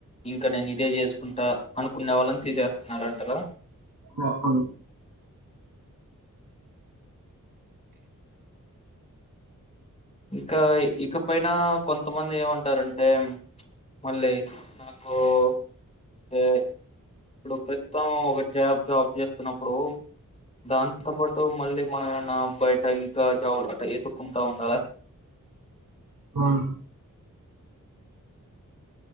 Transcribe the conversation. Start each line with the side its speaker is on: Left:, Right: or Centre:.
Left: ఇంకనే ను ఇదే కుంటా అనుకునే వాళ్ళని తీసేస్తున్నారంటారా
Right: ఆ అవును
Left: ఇంకా ఇక పైనా కొంతమంది ఏమంటారంటే మళ్ళీ నాకు అంటే ఇప్పుడు ప్రస్తుతం ఒక జాబ్ జాబ్ చేస్తున్నప్పుడు దాంతో పాటు మళ్ళీ మనం ఏమన్నా బయట ఇంకా జాబ్ ఎతుకుంటా ఉండాలా
Right: ఫను